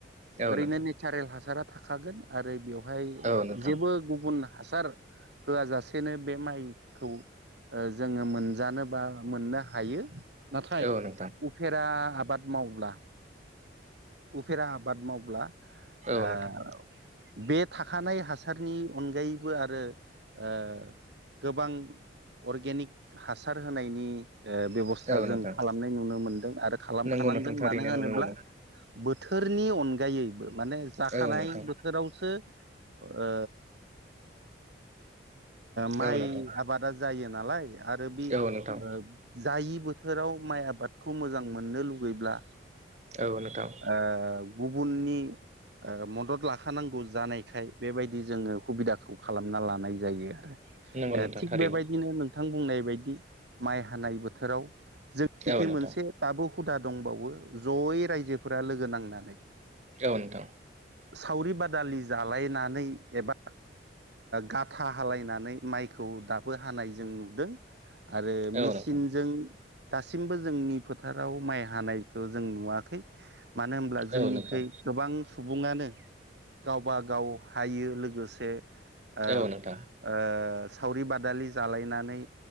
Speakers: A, on the right (about 35°); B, on the right (about 65°).
A: औ
B: ओरैनो
A: नोंथां
B: नेचारेल हासारा थाखागोन आरो बेयाव बेवहाय
A: औ नोंथां
B: जेबो गुबुन हासार होआ जाासेनो बे माइखौ जोङो मोनजानो बा मोननो हायो। नाथाय
A: औ नोंथां
B: उफेरा आबाद मावब्ला उफेरा आबाद मावब्ला
A: औ
B: ओ
A: नोंथां
B: बे थाखानाय हास सारनि अनगायै बो आरो ओ गोबां अर्गेनिक हासार होनायनि ओ बेब'स्था
A: औ
B: जों
A: नोंथां
B: खालामनाय नुनो मोनदों आरो खालामखानांगोन
A: नंगौ नोंथां थारैनो
B: मानो होनोब्ला
A: नुनो मोनो
B: बोथोरनि अनगायैबो माने
A: औ
B: जाखानाय
A: नोंथां
B: बोथोरावसो ओ माइ
A: औ नोंथां
B: आबादा जायो नालाय आरो बि
A: औ नोंथां
B: ओ जायि बोथोराव माइ आबादखौ मोजां मोननो लुगैब्ला
A: औ नोंथां
B: ओ गुबुननि मदद लाख थानांगौ जानायखाय बेबायदि जोङो खुबिदाखौ खालामना लानाय जायो आरो।
A: नंगौ
B: ए
A: नोंथां
B: थिग
A: थारैनो
B: बेबायदिनो नों थां बुंनाय बायदि माइ हानाय बोथोराव जोंनिखि
A: औ नोंथां
B: मोनसे थाबु हुदा दंबावो जयै रायजोफोरा लोगो नांनानै
A: औ नोंथां
B: सावरि बादालि जालायनानै एबा गाथा हालायनानै माइखौ दाब बो हानाय जों नुदों आरो
A: नोंथां औ
B: मेसिनजों
A: नोंथां
B: दासिमबो जोंनि फो फोथाराव माइ हानायखौ जों नुवाखै मानो होनब्ला जोंनिखै
A: औ नोंथां
B: गोबां सुबुङानो गावबा गाव हायो लोगोसे ओ
A: औ नोंथां
B: ओ सावरि बादालि जालायनानै